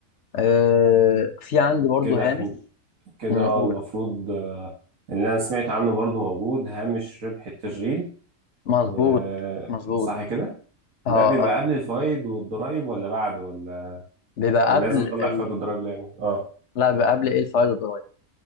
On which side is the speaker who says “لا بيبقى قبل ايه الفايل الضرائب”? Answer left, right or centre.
Left